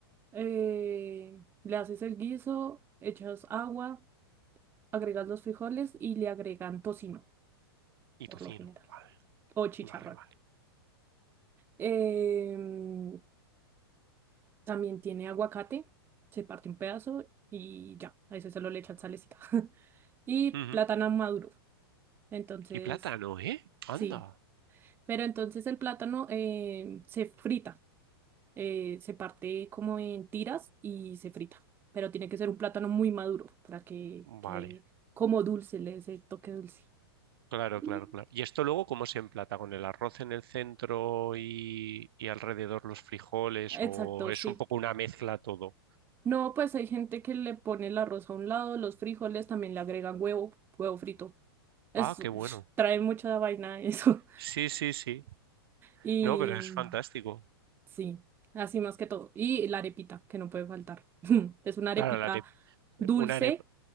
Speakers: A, on the right; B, on the right.
A: eh, le haces el guiso, echas agua, agregas los frijoles y le agregan tocino,
B: y
A: por
B: tocino.
A: lo general.
B: Vale,
A: O chicharrón.
B: vale, vale.
A: Em, También tiene aguacate, se parte un pedazo y ya, a ese solo le echan salecita. <laughs> Y
B: Ujú.
A: plátano maduro. Entonces,
B: Y plátano, ¿eh? Anda.
A: sí. Pero entonces el plátano eh, se frita, eh, se parte como en tiras y se frita. Pero tiene que ser un plátano muy maduro para que
B: Vale,
A: quede como dulce, le dé ese toque dulce.
B: claro,
A: Y-
B: claro, claro. ¿Y esto luego cómo se emplata? ¿Con el arroz en el centro y, y alrededor los frijoles?
A: Exacto,
B: ¿O es
A: sí.
B: un poco una mezcla todo?
A: No, pues hay gente que le pone el arroz a un lado, los frijoles también le agregan huevo, huevo frito. Es,
B: Ah, qué bueno.
A: <sniffs> trae mucha vaina eso.
B: Sí, sí, sí.
A: Y
B: No, pero es fantástico.
A: sí, así más que todo. Y la arepita, que no puede faltar. <laughs> Es una arepita
B: Claro, la de
A: dulce,
B: una arepa.